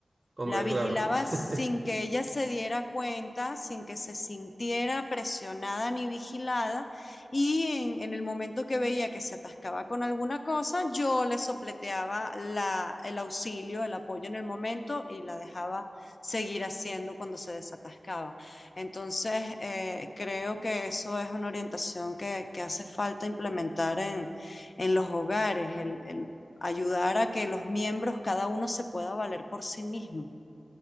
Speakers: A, on the right (about 40°); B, on the left (about 50°).
A: Hombre,
B: La vigilaba
A: claro.
B: sin
A: <laughs>
B: que ella se diera cuenta, sin que se sintiera presionada ni vigilada, y en, en el momento que veía que se atascaba con alguna cosa, yo le sopleteaba la- el auxilio, el apoyo en el momento y la dejaba seguir haciendo cuando se desatascaba. Entonces, eh, creo que eso es una orientación que, que hace falta implementar en, en los hogares, el el ayudar a que los miembros, cada uno se pueda valer por sí mismo.